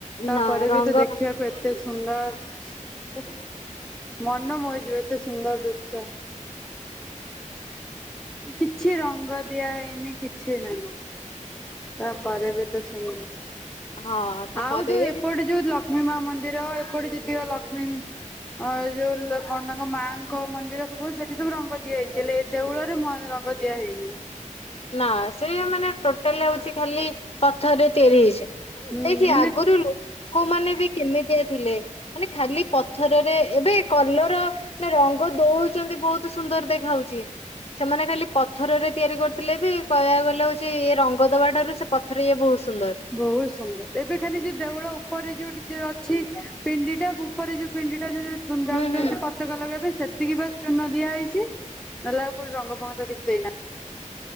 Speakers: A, in the centre; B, on the left.
A: ତାପରେ
B: ନା ରଙ୍ଗ
A: ବି ଏ ତେ ଦେଖିବାକୁ ଏତେ ସୁନ୍ଦର ମନ ମୋହି ଯିବ ଏତେ ମସୁନ୍ଦର ଦୃଶ୍ୟ । କିଛି ରଙ୍ଗ ଦିଆହେଇନି କିଛି ହେଲାନ ତାପରେବି ତ ସୁୁ
B: ହଁ ତାପରେ
A: ଆଉ ଯୋଉ
B: ବି
A: ଏପଟେ ଯୋଉ ଲ ଲକ୍ଷ୍ମୀ ମା ମନ୍ଦିର ଏପଟେ ଯେିତିବ ଲକ୍ଷ୍ମୀ ଅ ଯୋଉ କଣ ତାଙ୍କ ମାଙ୍କ ମନ୍ଦିର ସବୁ ସେଠି ସବୁ ରଙ୍ଗ ଦିଆ ହେଇଛି ହେଲେ ଦେଉଳରେ ରଙ୍ଗ ଦିଆ ହେଇନି
B: ନା ସେ ମାନେ ଟୋଟାଲ ହଉଛି ଖାଲି ପଥରରେ ତିଆରି ହେଇଛି ମାନେ
A: ହୁଁ
B: ଦେଖେ
A: ହେଲେ
B: ଆଗରୁ ଲୋକମାନେ କେମିତିଆ ଥିଲେ ମାନେ ଖାଲି ପଥରରେ ଏବେ କଲର ନା ରଙ୍ଗ ଦଉଛନ୍ତି ବହୁତ ସୁନ୍ଦର ଦେଖା ହାଉଛି ସେମାନେ ଖାଲି ପଥରରେ ତିଆରି କର ଥିଲେ ବି କହିବାକୁ ଗଲେ ହଉଛି ରଙ୍ଗ ଦବା ଠାରୁ ସେ ପଥରେ ଏ ବହୁତ ସୁନ୍ଦର।
A: ବହୁତ ସୁନ୍ଦର ଏବେ ଖାଲି ଯୋଉ ଦେଉଳ ଉପରେ ଯୋଉଠି ଅଛି ପିଣ୍ଡି ଟା ଉପରେ ଯୋଉ ପିଣ୍ଡି ଯି ଯାଉଛନ୍ତି
B: ହୁଁ ହୁଁ
A: ପତାକା ଲଗେଇବା ପାଇଁ ସେତିକି ବାସ୍ ଚୂନ ଦିଆ ହେଇଛି ନହେଲେ ଆଉ କୋଉଠି ରଙ୍ଗ ଫଙ୍ଗ କିଛି ଦେଇନାହି